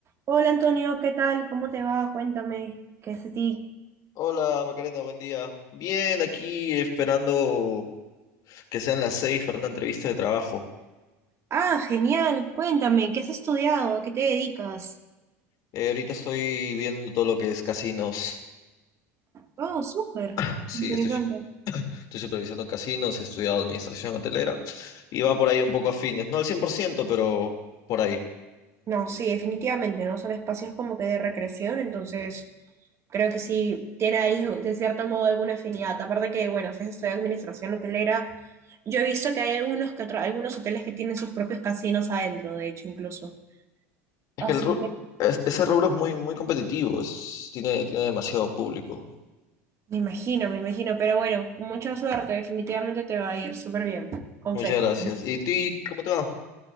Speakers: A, on the right (about 35°); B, on the left (about 55°).
A: Hola Antonio, ¿qué tal? ¿Cómo te va? Cuéntame, ¿qué es de ti?
B: Hola Macarena, buen día. Bien, aquí esperando que sean las seis para una entrevista de trabajo.
A: Ah, genial, cuéntame, ¿qué has estudiado? ¿A ¿Qué te dedicas?
B: Eh, ahorita estoy viendo todo lo que es casinos.
A: Oh, súper,
B: <laughs> Sí,
A: interesante.
B: estoy, su- estoy supervisando casinos, he estudiado administración hotelera y va por ahí un poco afines. No al 100%, pero por ahí.
A: No, sí, definitivamente, ¿no? Son espacios como que de recreación, entonces creo que sí tiene ahí de cierto modo alguna afinidad. Aparte que, bueno, si has estudiado administración hotelera, yo he visto que hay algunos, que otro- algunos hoteles que tienen sus propios casinos adentro, de hecho, incluso.
B: Es
A: Así
B: que el ru-
A: que...
B: es- ese rubro es muy, muy competitivo, es- tiene, tiene demasiado público.
A: Me imagino, me imagino, pero bueno, mucha suerte, definitivamente te va a ir súper bien, con
B: Muchas
A: fe.
B: gracias. ¿Y ti, cómo te va?